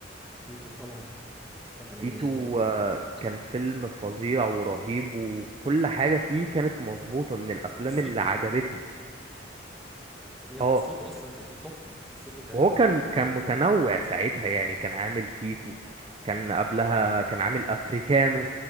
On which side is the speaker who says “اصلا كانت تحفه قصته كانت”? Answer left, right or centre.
Centre